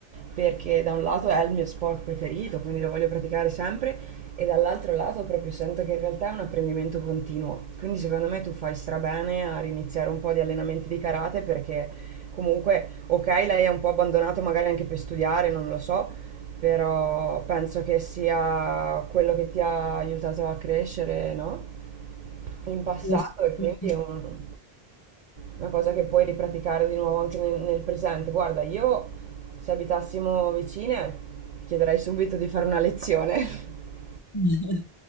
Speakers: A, on the right (about 55°); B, on the left (about 35°).
A: perché da un lato è il mio sport preferito, quindi lo voglio praticare sempre e dall'altro lato proprio sento che in realtà è un apprendimento continuo, quindi secondo me tu fai strabene a riniziare un po' di allenamenti di karate perché Comunque, ok, lei è un po' abbandonato magari anche per studiare, non lo so, però penso che sia quello che ti ha aiutato a crescere, no? In passato
B: Sì, assolutamente.
A: e quindi è un- una cosa che puoi ripraticare di nuovo anche nel, nel presente. Guarda, io se abitassimo vicine, ti chiederei subito di fare una lezione, <laughs>
B: <laughs>